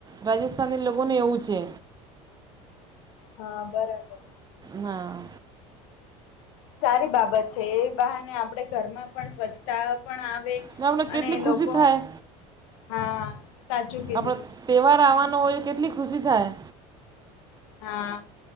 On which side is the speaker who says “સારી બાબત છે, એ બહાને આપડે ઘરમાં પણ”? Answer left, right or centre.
Left